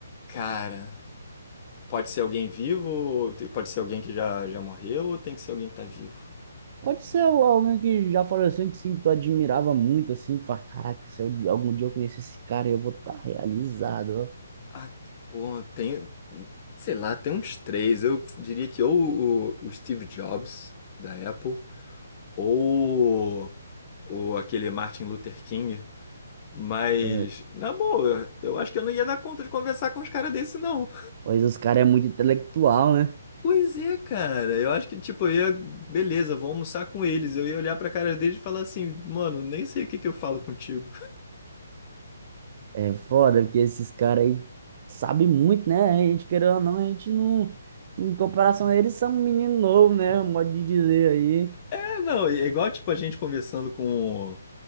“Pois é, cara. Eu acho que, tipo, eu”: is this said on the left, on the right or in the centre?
Left